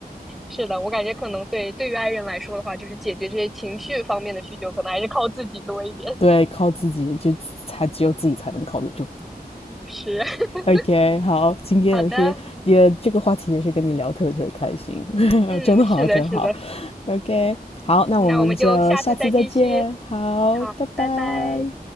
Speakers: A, in the centre; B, on the left.
A: 是的，我感觉可能对对于爱人来说的话，就是解决这些情绪方面的需求，可能还是靠自己多一点。
B: <laughs> 对，靠自己就才只有自己才能靠得住。
A: 是，<laughs>
B: OK，好，今天也是也这个话题也是跟你聊特别特别开心，
A: 好的，
B: <laughs>
A: 嗯，
B: 呃，真好真好。
A: 是的，是的，
B: OK，好，那我们就下次再见，
A: 那我们就下次再继续。
B: 好，
A: 好，
B: 拜拜。
A: 拜拜。